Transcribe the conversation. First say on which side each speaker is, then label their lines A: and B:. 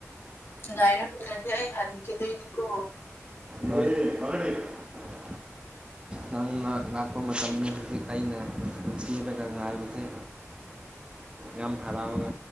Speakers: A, on the left; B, on the right.
A: ꯉꯥꯏꯔꯝꯗ꯭ꯔꯗꯤ ꯑꯩ ꯍꯟꯈꯤꯗꯣꯏꯅꯤꯀꯣ
B: ꯍꯂꯦ <inaudible> ꯅꯪꯅ ꯂꯥꯛꯄ ꯃꯇꯝꯅꯤ ꯍꯨꯖꯤꯛ ꯑꯩꯅ ꯅꯨꯡꯁꯤꯔꯒ ꯉꯥꯏꯕꯁꯦ ꯌꯥꯝ ꯍꯔꯥꯎꯅ